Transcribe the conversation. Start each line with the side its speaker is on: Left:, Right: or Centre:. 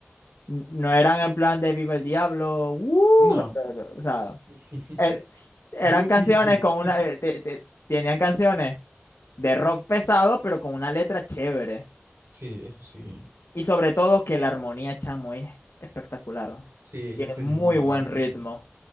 Left: N- No eran en plan de Viva el Diablo, ¡uh!
Right: no.
Left: no, no, o sea,
Right: <laughs>
Left: er- eran
Right: Yupi.
Left: canciones con
Right: <laughs>
Left: una, eh, te- te- tenían canciones de rock pesado, pero con una letra chévere.
Right: Sí, eso sí.
Left: Y sobre todo que la armonía, chamo, es espectacular.
Right: Sí, ellos
Left: Tiene
Right: tenían
Left: muy
Right: muy
Left: buen
Right: buenas
Left: ritmo.
Right: canciones.